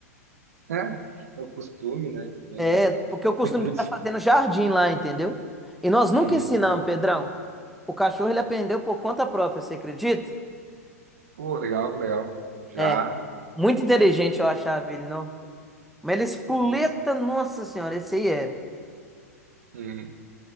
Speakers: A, on the right (about 65°); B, in the centre.
A: É, é o costume, né? Meu
B: É,
A: Deus.
B: porque
A: <laughs>
B: eu costumo
A: Coitadinho.
B: deixar fazer no jardim lá, entendeu? E nós nunca
A: Uhum.
B: ensinamos, Pedrão. O cachorro ele aprendeu por conta própria, você acredita?
A: Pô, legal, legal. Já.
B: É, muito inteligente eu achava ele, não? Mas ele espoleta,
A: Uhum.
B: nossa senhora, esse aí era.
A: Uhum.